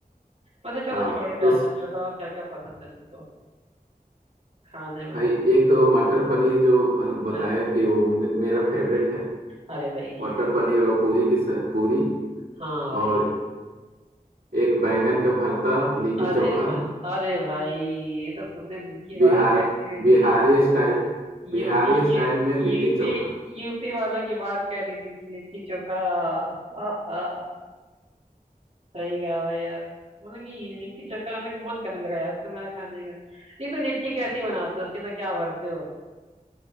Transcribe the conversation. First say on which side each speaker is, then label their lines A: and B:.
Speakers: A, on the right; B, on the right.
A: वैसे चलो
B: हाँ
A: छोड़ो
B: तो
A: यार
B: स-
A: तुम ये बताओ क्या क्या पसंद है तुमको खाने में
B: भाई एक तो मटर पनीर जो बन- बताया
A: अरे
B: कि वो मेरा फेवरेट है
A: अरे भाई
B: मटर पनीर और पूरी की स- पूरी
A: हाँ भाई
B: और एक बैंगन का भरता लिट्टी
A: अरे
B: चोखा
A: भाई अरे भाई ये तो तुमने दिल की
B: बिहार
A: बात कह दी मेरी
B: बिहारी स्टाइल बिहारी
A: यूपी
B: स्टाइल
A: यू
B: में लिट्टी
A: यूपी
B: चोखा
A: यूपी वालों की बात कह रही दिल की लिट्टी चोखा आहा सही कहा भाई यार मतलब कि ये लिट्टी चोखा मतलब कि मन करने लगा यार अब तो मेरा खाने का नहीं तो लिट्टी कैसी बनाते हो उसके अंदर क्या भरते हो